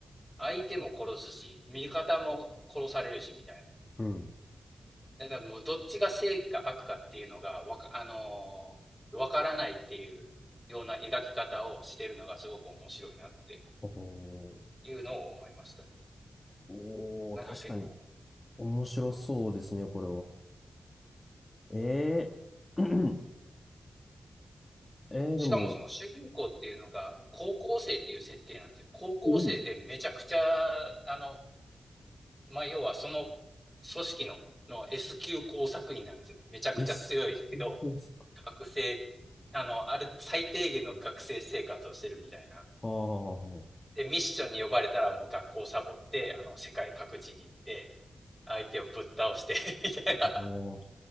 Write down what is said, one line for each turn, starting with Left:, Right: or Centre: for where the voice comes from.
Centre: 相手も殺すし、味方も殺されるし、みたい
Left: うん。
Centre: な。だからもうどっちが正義か悪かっていうのが、わか、あのーわからないっていうような描き方をしてるのがすごく面白いなって
Left: おー
Centre: いうのを思いましたね。
Left: おー、
Centre: なんか結構。
Left: 確かに。面白そうですね、
Centre: そうそ
Left: これは。ええー <clears throat> えーでも、
Centre: うしかもその主人公っていうのが高校生っていう設定なんですよ。高校生でめちゃくちゃ、
Left: おお、
Centre: あの、まあ、要はその組織のの S 級工作員なんですめちゃくちゃ強いけど、
Left: レシピ工作。
Centre: 学生、あの、ある、最低限の学生生活をしてるみたいな。
Left: ああ、あ
Centre: で、ミッションに呼ばれたらもう学校をサボって、あの、世界各地に行って、相手をぶっ倒して <laughs> みたいな。
Left: あ